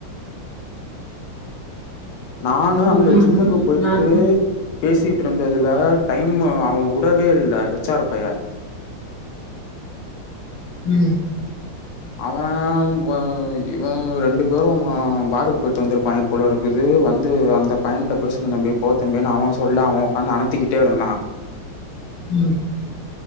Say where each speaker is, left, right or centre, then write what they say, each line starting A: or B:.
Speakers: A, on the left; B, on the left.
A: நானு
B: சரி
A: அங்க
B: விடுங்க
A: ஜிம்முக்கு போயிட்டு
B: நாங்க
A: பேசிட்டு இருந்ததுல டைம் அவன் விடவே இல்ல எச்ஆர் பைய
B: உம்
A: அவன் இவன் ரெண்டு பேரும் அவன் பாருக்கு போயிட்டு வந்திருப்பான்ங்க போல இருக்குது வந்து அந்த பையனிட்ட பேசனும் தம்பி போகத்தம்பின்னு அவன் சொல்ல அவன் உட்காந்து அனுத்திக்கிட்டே இருந்தான்
B: உம்